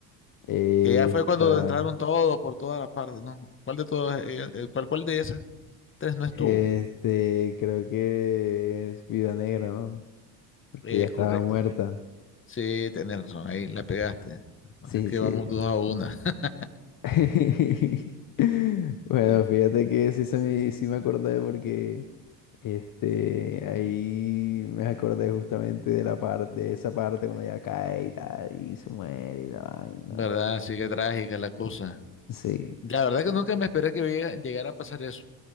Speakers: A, on the left (about 40°); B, on the left (about 25°).
A: Eh,
B: Que ya fue cuando
A: esta-
B: entraron todos por todas las partes, ¿no? ¿Cuál de todas, eh, eh, cuál, cuál de esas tres no estuvo?
A: Este, creo que es Viuda Negra, ¿no? Porque
B: Es
A: ya estaba
B: correcto.
A: muerta.
B: Sí, tenés razón, ahí la pegaste.
A: Sí,
B: Así que
A: sí.
B: vamos dos a una. <laughs>
A: <laughs> Bueno,
B: Sí,
A: fíjate que sí, se me, sí me acordé porque este, ahí me acordé justamente de la parte, de esa parte cuando ella cae y tal, y se muere y la vaina.
B: ¿Verdad?
A: No.
B: Sí, que trágica la cosa.
A: Sí.
B: La verdad que nunca me esperé que llega- llegara a pasar eso.